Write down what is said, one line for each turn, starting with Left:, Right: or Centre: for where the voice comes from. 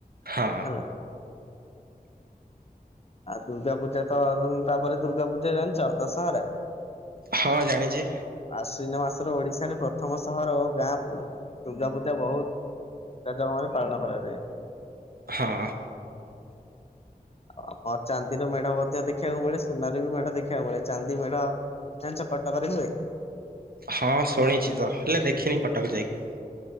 Right: ହଁ
Left: ହେଲା। ଦୁର୍ଗା ପୂଜା ତ ତାପରେ ଦୁର୍ଗା ପୂଜା ଜାଣିଛ ଦଶହରା।
Right: ହଁ ଜାଣିଛି
Left: ଆଶ୍ଵିନ ମାସର ଓଡିଶାରେ ପ୍ରଥମ ସହର ଗାଁ ପ ଦୁର୍ଗା ପୂଜା ବହୁତଜମରେ ପାଳନ କରାଯାଏ।
Right: ହଁ।
Left: ଆ ଆମର ଚାନ୍ଦିର ମେଢା ମଧ୍ୟ ଦେଖିବାକୁ ମିଳେ। ସୁନା ରେ ବି ମେଢ ଦେଖିବାକୁ ମିଳେ ଚାନ୍ଦି ମେଢ ଜାଣିଛ କଟକରେ ହୁଏ।
Right: ହଁ ଶୁଣିଛି ତ ହେଲେ ଦେଖିନି କଟକ ଯାଇକି।